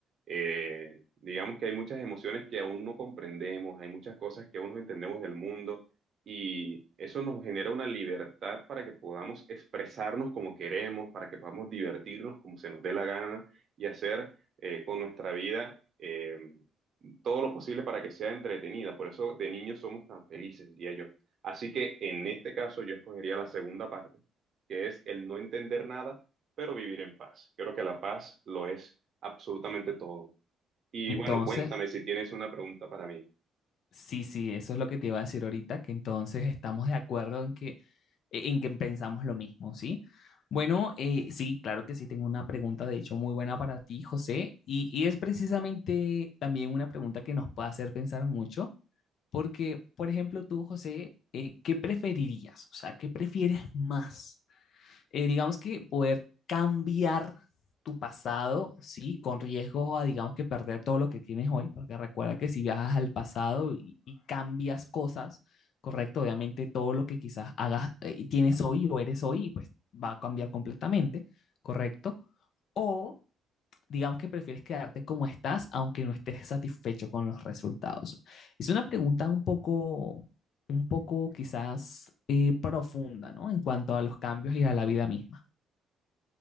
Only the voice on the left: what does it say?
Entonces,
sí, sí, eso es lo que te iba a decir ahorita, que entonces estamos de acuerdo en que, eh, en que pensamos lo mismo, ¿sí? Bueno, eh, sí, claro que sí, tengo una pregunta de hecho muy buena para ti, José, y, y es precisamente también una pregunta que nos puede hacer pensar mucho, porque, por ejemplo, tú, José, eh, ¿qué preferirías? O sea, ¿qué prefieres más? eh, digamos que poder cambiar tu pasado, ¿sí? Con riesgo a, digamos que perder todo lo que tienes hoy, porque recuerda que si viajas al pasado y, y cambias cosas, correcto, obviamente todo lo que quizás hagas eh, y tienes hoy o eres hoy, pues va a cambiar completamente, correcto. O digamos que prefieres quedarte como estás, aunque no estés satisfecho con los resultados. Es una pregunta un poco, un poco quizás eh, profunda, ¿no? En cuanto a los cambios y a la vida misma.